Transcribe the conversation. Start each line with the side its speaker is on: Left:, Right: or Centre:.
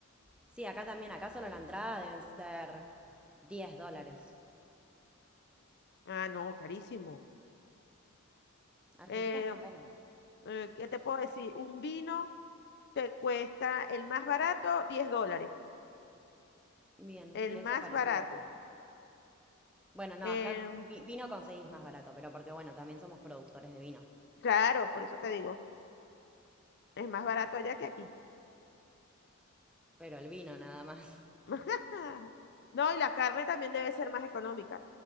Centre: Sí, acá también. Acá solo la entrada deben ser 10 dólares.
Left: Ah, no, carísimo.
Centre: Argentina
Left: Eh,
Centre: está caro.
Left: eh, ¿qué te puedo decir? Un vino te cuesta el más barato 10 dólares.
Centre: Bien,
Left: El
Centre: sí,
Left: más
Centre: eso parecido
Left: barato.
Centre: acá. Bueno, no,
Left: Eh,
Centre: acá vi- vino conseguís más barato, pero porque bueno, también somos productores de vino.
Left: claro, por eso te digo, es más barato allá que aquí.
Centre: Pero el vino nada más. <laughs>
Left: <laughs> No, y la carne también debe ser más económica.